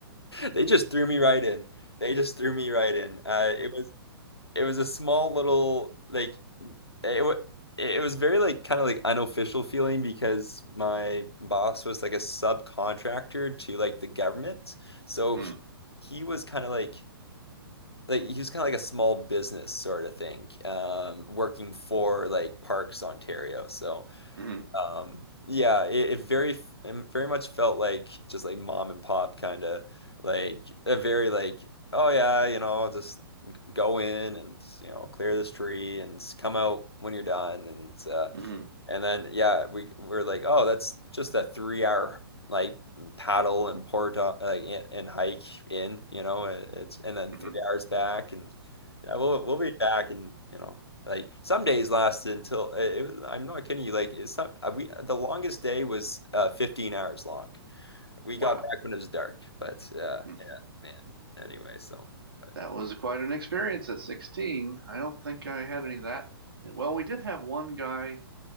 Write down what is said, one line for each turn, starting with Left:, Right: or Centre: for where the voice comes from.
Left: They just threw me right in. They just threw me right in. Uh, it was it was a small little like it wa- it was very like kind of like unofficial feeling because my boss was like a subcontractor to like the government. So
Right: Mm.
Left: he he was kind of like like he was kind of like a small business sort of thing, um, working for like Parks Ontario. So.
Right: hmm
Left: Um, yeah, it, it very it very much felt like just like mom and pop kind of like a very like oh yeah, you know, just go in and you know clear this tree and s- come out when you're done and uh,
Right: hmm
Left: and then yeah, we we're like, oh, that's just that three hour like paddle and port uh, like and, and hike in, you know, it- it's and then
Right: hmm
Left: three hours back, and yeah, we'll we'll be back, and you know, like some days lasted until it, it was, I'm not kidding you, like it's not uh, we the longest day was uh 15 hours long. We
Right: Wow.
Left: got back when it was dark, but uh,
Right: hmm
Left: yeah, man. Anyway, so but
Right: That was quite an experience at 16. I don't think I had any of that. Well, we did have one guy.